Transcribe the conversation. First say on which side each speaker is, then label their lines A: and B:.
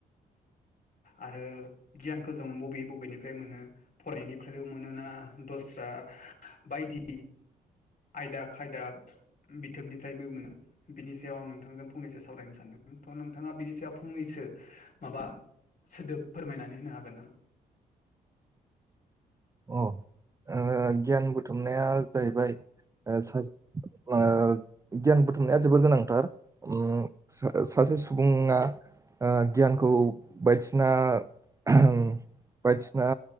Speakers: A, on the left; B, on the right.
A: आरो गियानखौ जों बबे बबेनिफ्राय मोनो फरायनायनिफ्रायल मोनोना दस्रा बायदि आयदा खायदा बिथोबनिफ्रायबो मोनो। बिनि सायाव आं नोंथांजों फंनैसो सावरायनो सानदों थ नोंथाङा बिनि सायाव फंनैसो माबा सोदोब फोरमायनानै होनो हागोन नामा?
B: अ ओ-गियान बुथुमनाया जाहैबाय ओ-सास ओ-गियान बुथुमनाया जोबोर गोनांथार। उम सा सासे सुबुङा। ओ गियानखौ बायदिसिना आहुम बायदिसिना